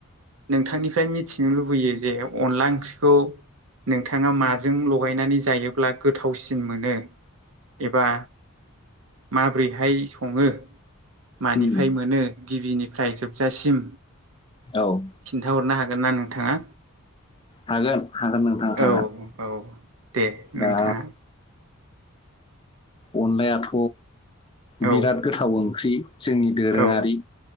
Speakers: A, on the right; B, on the left.
A: नोंथांनिफ्राय मिथिनो लुबैयो जे अनला ओंख्रिखौ नोंथाङा माजों लगायनानै जायोब्ला गोथावसिन जों मोनो एबा माबोरैहाय सङो मानिफ्राय
B: उम
A: मोनो गिबिनिफ्राय जोबजासिम
B: औ
A: खिन्थाहरनो हागोन हागोन ना नोंथाङा?
B: हागोन हागोन नोंथां हागोन
A: औ औ दे
B: दा
A: नोंथाङा
B: अनलायाथ बिराद
A: औ
B: गोथाव ओंख्रि जोंनि दोरोङारि
A: औ